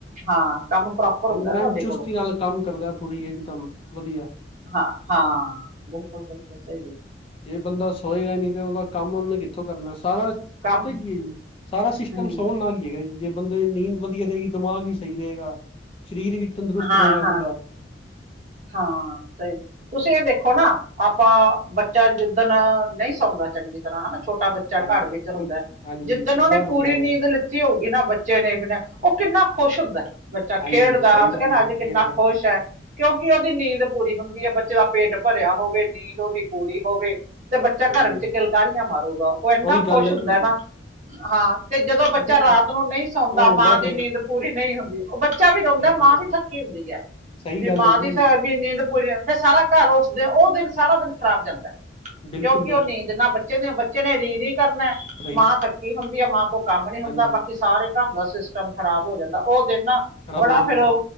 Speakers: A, on the right; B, on the left.
A: ਹਾਂ ਕੰਮ ਪ੍ਰੋਪਰ
B: ਬੰਦਾ
A: ਹੁੰਦਾ। ਤੁਹਾਡੇ
B: ਐਨ ਚੁਸਤੀ
A: ਕੋਲੋਂ
B: ਨਾਲ ਕੰਮ ਕਰਦਾ ਪੂਰੀ ਇਕਦਮ ਵਦੀਆ।
A: ਹਾਂ-ਹਾਂ, ਬਿਲਕੁਲ-ਬਿਲਕੁਲ ਸਈ ਐ।
B: ਜੇ ਬੰਦਾ ਸੋਏਗਾ ਨੀ ਤੇ ਓਦਾ ਕੰਮ ਓਨੇ ਕਿੱਥੋਂ ਕਰਨਾ ਸਾਰਾ
A: ਕੰਮ
B: ਪਤਾ ਕੀ ਐ ਜੀ, ਸਾਰਾ ਸਿਸਟਮ
A: ਹੂੰ
B: ਸੌਣ ਨਾਲ ਈ ਹੈਗਾ ਜੀ ਜੇ ਬੰਦੇ ਦੀ ਨੀਂਦ ਵਦੀਆ ਰਏਗੀ ਦਿਮਾਗ ਵੀ ਸਈ ਰਏਗਾ, ਸਰੀਰ ਵੀ ਤੰਦਰੁਸਤ
A: ਹਾਂ
B: ਰਏਗਾ
A: ਹਾਂ
B: ਪੂਰਾ।
A: ਹਾਂ ਸਈ ਤੁਸੀਂ ਏ ਦੇਖੋ ਨਾ ਆਪਾਂ ਬੱਚਾ ਜਿੱਦਣ ਨਈ ਸੌਂਦਾ ਚੰਗੀ ਤਰ੍ਹਾਂ ਹਨਾ ਛੋਟਾ ਬੱਚਾ
B: ਹਾਂਜੀ
A: ਘਰ ਵਿੱਚ
B: ਉਹ
A: ਹੁੰਦਾ,
B: ਹਾਂਜੀ
A: ਜਿੱਦਣ
B: ਕਿੱਦਾਂ
A: ਓਨੇ
B: ਹੁੰਦਾ
A: ਪੂਰੀ ਨੀਂਦ ਲਿੱ ਲਿੱਤੀ ਹੋਊਗੀ ਨਾ ਬੱਚੇ ਨੇ ਬਿਨਾਂ, ਓ ਕਿੰਨਾ ਖੁਸ਼ ਹੁੰਦਾ। ਬੱਚਾ
B: ਹਾਂਜੀ
A: ਖੇਡਦਾ
B: ਸਹੀ
A: ਆਪਾਂ
B: ਗੱਲ
A: ਕੈਨਾ
B: ਹੈ
A: ਅੱਜ
B: ਜੀ
A: ਕਿੰਨਾ
B: ਖੇਡਦਾ
A: ਖੁਸ਼ ਐ। ਕਿਓਂਕਿ ਓਦੀ ਨੀਂਦ ਪੂਰੀ ਹੁੰਦੀ ਐ ਬੱਚੇ ਦਾ ਪੇਟ ਭਰਿਆ ਹੋਵੇ ਨੀਂਦ ਓਦੀ ਪੂਰੀ ਹੋਵੇ ਤੇ ਬੱਚਾ
B: ਹਾਂਜੀ
A: ਘਰ ਵਿੱਚ ਕਿਲਕਾਰੀਆਂ ਮਾਰੂਗਾ ਓ ਐਨਾ
B: ਉਹੀ
A: ਖੁਸ਼
B: ਗੱਲ ਹੈ
A: ਹੁੰਦਾ
B: ਜੀ
A: ਨਾ ਹਾਂ ਤੇ ਜਦੋਂ ਬੱਚਾ
B: ਪਤਾ
A: ਰਾਤ
B: ਕੀ
A: ਨੂੰ ਨਈ ਸੌਂਦਾ
B: ਉਹ ਰੋਂਦਾ
A: ਮਾਂ
B: ਫੇਰ
A: ਦੀ ਨੀਂਦ ਪੂਰੀ ਨਈ ਹੁੰਦੀ ਓ ਬੱਚਾ ਵੀ
B: ਸਹੀ
A: ਰੋਂਦਾ
B: ਗੱਲ
A: ਮਾਂ ਵੀ
B: ਹੈ
A: ਥੱਕੀ ਹੁੰਦੀ ਐ।
B: ਸਹੀ
A: ਵੀ
B: ਗੱਲ
A: ਮਾਂ
B: ਹੈ
A: ਦੀ
B: ਜੀ
A: ਵੀ ਨੀਂਦ ਪੂਰੀ ਨਾ ਹੋਵੇ ਫੇਰ ਸਾਰਾ ਘਰ ਓਸ ਦਿਨ ਓ ਦਿਨ ਸਾਰਾ ਦਿਨ ਖ਼ਰਾਬ ਜਾਂਦਾ।
B: ਬਿਲਕੁਲ
A: ਕਿਓਂਕਿ
B: ਗੱਲ
A: ਓ ਨੀਂਦ ਨਾ ਬੱਚੇ ਨੇ ਬੱਚੇ ਨੇ ਰੀਂ-ਰੀਂ ਕਰਨਾ
B: ਸਹੀ
A: ਮਾਂ ਥੱਕੀ ਹੁੰਦੀ ਐ ਮਾਂ ਤੋਂ ਕੰਮ ਨੀ ਹੁੰਦਾ
B: ਹਾਂਜੀ
A: ਬਾਕੀ ਸਾਰੇ ਘਰ ਦਾ ਸਿਸਟਮ ਖਰਾਬ ਹੋ ਜਾਂਦਾ ਓ ਦਿਨ ਨਾ
B: ਖ਼ਰਾਬ
A: ਬੜਾ
B: ਹੋ ਜਾਂਦਾ
A: ਫੇਰ